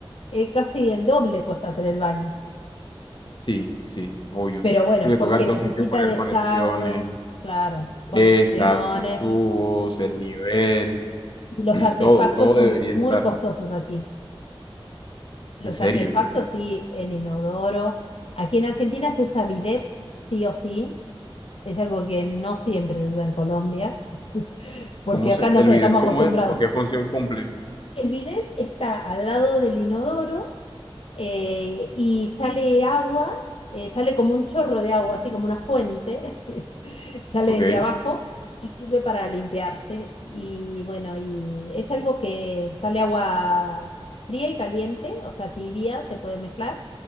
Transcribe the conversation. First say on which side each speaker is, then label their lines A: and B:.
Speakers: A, on the left (about 70°); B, on the left (about 50°).
A: eh, casi el doble cuesta hacer el baño.
B: Sí, sí, obvio.
A: Pero bueno,
B: Porque
A: porque
B: toca entonces
A: necesita
B: que poner
A: desagüe,
B: conexiones,
A: claro,
B: exacto,
A: conexiones.
B: tubos, el nivel,
A: Y los
B: <clears throat>
A: artefactos
B: todo, todo
A: son
B: debería
A: muy
B: estar.
A: costosos aquí. Los
B: En serio.
A: artefactos, sí, el inodoro. Aquí en Argentina se usa bidet, sí o sí. Es algo que no siempre se usa en Colombia, porque
B: ¿Cómo
A: acá
B: se,
A: no
B: el
A: sé,
B: bidet
A: estamos
B: cómo
A: acostumbrados.
B: es o qué función cumple?
A: El bidet está al lado del inodoro eh, y sale agua, eh, sale como un chorro de agua, así como una fuente, <laughs> sale
B: Ok,
A: desde abajo y sirve para limpiarse. Y bueno, y es algo que sale agua fría y caliente, o sea, tibia, se puede mezclar,